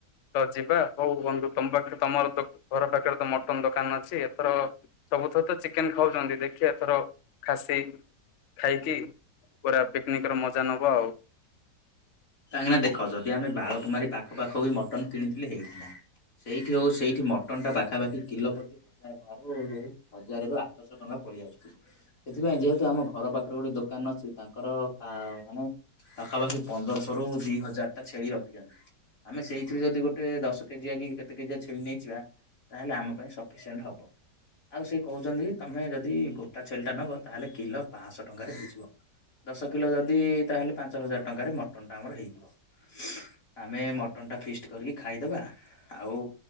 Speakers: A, on the left; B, on the left.
A: ତ ଯିବା ହଉ ବଧୁ ତମ ପାଖରେ ତମର ଘର ପାଖରେ ତ ମଟନ ଦୋକାନ ଅଛି ଏଥର ସବୁଥର ତ ଚିକେନ ଖାଉଛନ୍ତି ଦେଖି ଏଥର ଖାସି ଖାଇକି ପୁରା ପିକନିକ ର ମଜା ନବା ଆଉ।
B: କାହିଁକିନା ଦେଖ ଯଦି ଆମେ ବାଳକୁମାରୀ ପାଖପଖ ବି ମଟନ୍ କିଣିଥିଲଥିଲେ ହେଇ <unintelligible> ସେଇଠି ହେଉ ସେଇଠି ମଟନ୍ଟା ପାଖାପାଖି କିଲୋ ପତି ହଜାର ଟଙ୍କାରୁ ହଜାର ରୁ ଆଠଶହ ଟଙ୍କା ପଳେଇ ଆସୁଛି। ସେଥିପାଇଁ ଯେହେତୁ ଆମ ଘର ପାଖରେ ଗୋଟେ ଦୋକାନ ଅଛି ତାଙ୍କର ମାନେ। ପାଖାପାଖି ପନ୍ଦରଶହ ରୁ ଦିଇ ହଜାର ଟା ଛେଳି ରଖିଛନ୍ତି। ଆମେ ସେଇଥିରୁ ଯଦି ଗୋଟେ ଦଶ କେଜିଆ କି କେତେ କେଜିଆ ଛେଳି ନେଇଯିବା। ତାହେଲେ ଆମ ପାଇଁ ସଫିସିଏଣ୍ଟ ହବ। ଆଉ ସେ କହୁଛନ୍ତି ତମେ ଯଦି ଗୋଟା ଛେଳିଟା ନବ ତାହେଲେ କିଲୋ ପାଞ୍ଚଶହ ଟଙ୍କାରେ ହେଇଯିବ। ଦଶ କିଲୋ ଯଦି ତାହେଲେ ପାଞ୍ଚ ହଜାର ଟଙ୍କାରେ ମଟନ୍ ଟା ଆମର ହେଇଯିବ। ଆମେ ମଟନ ଟା ଫିଷ୍ଟ କରିକି ଖାଇଦବା ଆଉ